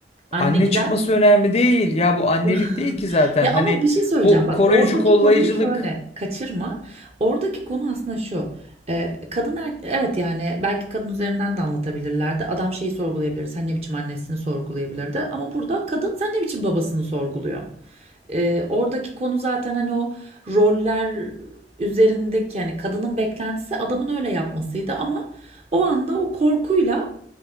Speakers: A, on the right (about 35°); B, on the left (about 35°).
A: Anne
B: Anne
A: gider.
B: çıkması önemli değil. Ya bu annelik
A: <laughs>
B: değil ki zaten.
A: Ya
B: Hani
A: ama bir şey söyleyeceğim.
B: bu
A: Bak
B: koruyucu
A: oradaki
B: kollayıcılık.
A: konuyu şöyle kaçırma. Oradaki konu aslında şu. Ee, kadın er- evet yani belki kadın üzerinden de anlatabilirlerdi. Adam şeyi sorgulayabilir. Sen ne biçim annesini sorgulayabilirdi. Ama burada kadın sen ne biçim babasını sorguluyor. Ee, oradaki konu zaten hani o roller üzerindeki yani kadının beklentisi adamın öyle yapmasıydı ama o anda o korkuyla